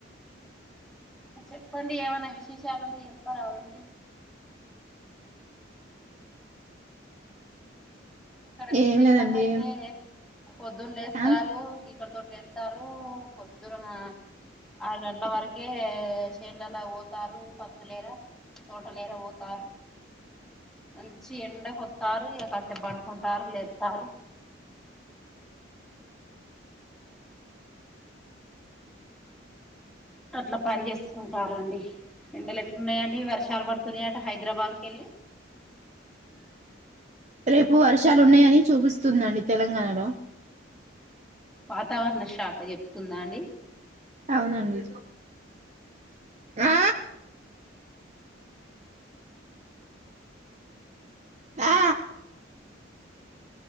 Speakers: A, in the centre; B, on the right.
A: చెప్పండి ఏమైనా విశేషాలు ఉంటే చెప్పరాదండి ఇక్కడ విశేషాలు
B: ఏం లేదండి
A: అయితే పొద్దులేేస్తారు
B: ఆ
A: చికట్తోట్ లేత్తారు పొద్దున మా ఆరు గంట్ల వరకే శేన్లలో పోతారు పత్తులేరా తోటలు ఎర పోతారు మంచి ఎండ కొత్తారు ఇగా కాసేపు పడుకుంటారు లేత్తరు అట్లా పని చేసుకుంటారండి ఎండలు ఎట్లున్నాయండి వర్షాలు పడుతున్నాయిట హైదరాబాద్కికెళ్ళి
B: రేపు వర్షాలు ఉన్నాయని చూపిస్తుందండి తెలంగాణలో
A: వాతావరణ శాఖ చెప్తుందా అండి
B: అవునండి ఆ దా